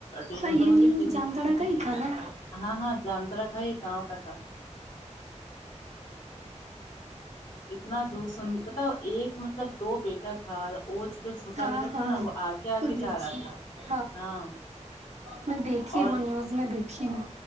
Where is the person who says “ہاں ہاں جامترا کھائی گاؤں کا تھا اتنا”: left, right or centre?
Left